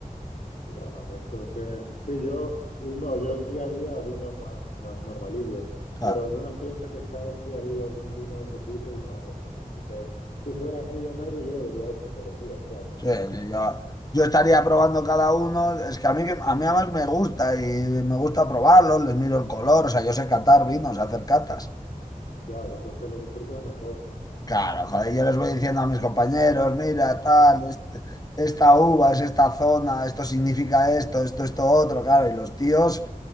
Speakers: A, on the left (about 70°); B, on the left (about 25°).
A: Guau, esos tienen. Sí, yo, no, yo el día a día vinos más, más normalillos,
B: claro,
A: pero alguna fiesta que he estado sí ha habido algún vino de ese tipo y madre mía, y se- si fuera millonario yo bebería esto todos los días, claro,
B: sí, sí, yo, yo estaría probando cada uno. Es que a mí, que- a mí además me gusta y me gusta probarlos, les miro el color, o sea, yo sé catar vinos, hacer catas.
A: claro, entonces lo disfrutas mejor.
B: Claro, joder, yo les voy diciendo a mis compañeros, mira, tal, est- esta uva es esta zona, esto significa esto, esto, esto, otro, claro, y los tíos...